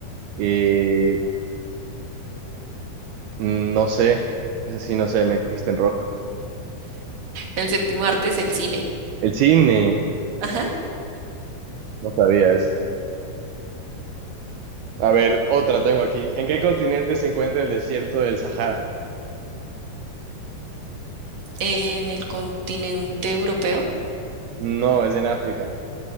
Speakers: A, on the right (about 75°); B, on the right (about 45°).
A: Y mm, no sé, eso sí, no sé, me cogiste en rojo.
B: El séptimo arte es el cine.
A: El cine,
B: Ajá.
A: no sabía eso. A ver, otra tengo aquí. ¿En qué continente se encuentra el desierto del Sahara?
B: En el continente europeo.
A: No, es en África.